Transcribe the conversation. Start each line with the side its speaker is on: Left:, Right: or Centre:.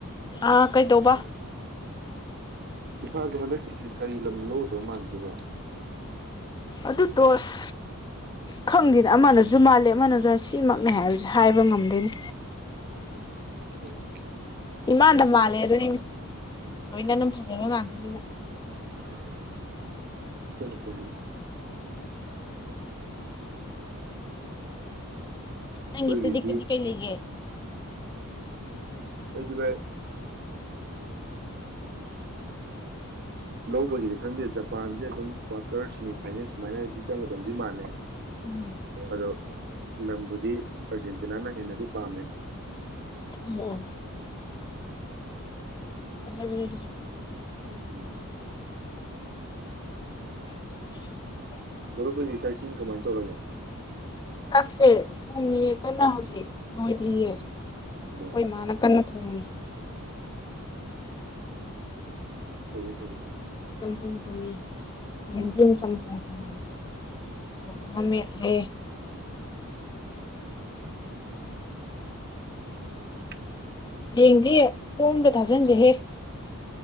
Left: ꯑ ꯀꯩ ꯇꯣꯕ
Right: ꯐꯤꯐꯥꯖꯍꯂ ꯀꯁꯦ ꯀꯔꯤ ꯂꯝꯅ ꯂꯧꯒꯗꯕ ꯃꯥꯟꯈꯤꯕ
Left: ꯑꯗꯨ ꯇꯣꯁ ꯈꯪꯗꯦꯅꯦ ꯑꯃꯅꯁꯨ ꯃꯥꯜꯜꯂꯤ ꯑꯃꯅꯁꯨ ꯁꯤꯃꯛꯅꯦ ꯍꯥꯏꯕꯁꯦ ꯍꯥꯏꯕ ꯉꯝꯗꯣꯏꯅꯤ
Right: ꯎꯝ
Left: ꯏꯃꯥꯟꯗ ꯃꯥꯜꯂꯦ ꯑꯗꯨꯏꯅꯦ ꯂꯣꯏꯅ ꯑꯗꯨꯝ ꯐꯖꯕ ꯉꯥꯛꯇꯅꯤꯅ
Right: ꯎꯍꯨꯝ ꯣꯏ ꯇ ꯑꯩꯈꯣꯏꯒꯤꯗꯤ
Left: ꯅꯪꯒꯤ ꯄꯗꯤꯛ ꯀꯗꯤ ꯀꯩ ꯂꯩꯒꯦ <inaudible>
Right: ꯑꯗꯨꯖꯤꯚꯥꯏ ꯂꯧꯕꯒꯤꯅꯤ ꯈꯪꯗꯦ ꯖꯄꯥꯟꯁꯦ ꯑꯗꯨꯝ ꯀ꯭ꯋꯥꯇꯔ ꯁꯤꯦꯃꯤꯐꯥꯏꯅꯦꯜ ꯁꯨꯃꯥꯏꯅꯗꯤ ꯆꯪꯒꯗꯕꯗꯤ ꯃꯥꯜꯂꯦ
Left: ꯑꯣ
Right: ꯑꯗꯣ ꯂꯝꯕꯨ ꯗꯤ ꯑꯔꯖꯦꯟꯇꯤꯅꯥꯅ ꯍꯦꯟꯅꯗꯤ ꯄꯥꯝꯃꯦ
Left: ꯑꯣ ꯆ ꯃꯤꯠ
Right: ꯎꯝ
Left: <inaudible>
Right: ꯒ꯭ꯔꯨꯞꯈꯁꯤꯡ ꯀꯃꯥꯏꯅ ꯇꯧꯔꯒꯦ
Left: ꯆꯥꯛꯁꯦ ꯊꯣꯡꯉꯌꯦ ꯀꯟꯅ ꯍꯧꯖꯤꯛ ꯅꯣꯏꯗꯤꯌꯦ ꯑꯩꯣꯏ
Right: ꯑꯣ
Left: ꯃꯥꯅꯀꯅ ꯊꯣꯡꯅꯤ
Right: ꯀꯌꯦ ꯀꯩꯨ
Left: ꯆꯝꯄꯨꯄꯕꯤꯁ ꯦꯟꯗꯤ ꯃ ꯆꯝ ꯇꯣꯡ ꯇꯅꯤ ꯑ ꯉꯃꯦꯂꯦ
Right: <unintelligible>
Left: ꯍꯌꯦꯡꯗꯤ ꯐꯣꯝꯗ ꯊꯥꯖꯤꯟꯁꯦ ꯍꯦꯛ